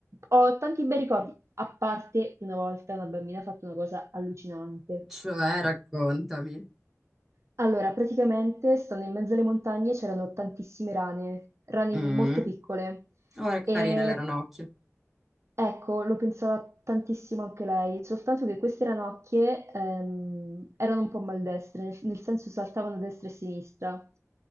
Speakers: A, on the right (about 60°); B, in the centre.
A: ho tanti bei ricordi, a parte una volta una bambina ha fatto una cosa allucinante.
B: Cioè, raccontami.
A: Allora, praticamente, stando in mezzo alle montagne c'erano tantissime rane, rane
B: Mm.
A: molto piccole.
B: Oh, che
A: E
B: carine le ranocchie.
A: Ecco, lo pensava tantissimo anche lei, soltanto che queste ranocchie ehm, erano un po' maldestre, nel, nel senso saltavano a destra e a sinistra.